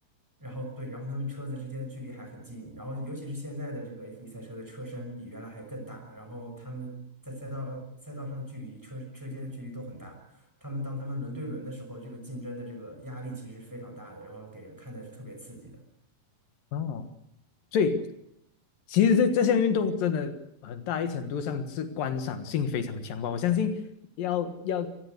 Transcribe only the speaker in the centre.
然后对，然后他们车子之间的距离还很近。然后尤其是现在的这个 F1 赛车的车身比原来还更大，然后他们在赛道赛道上的距离，车车间的距离都很大。他们当他们轮对轮的时候，这个竞争的这个压力其实是非常大的，然后给人看的是特别刺激的。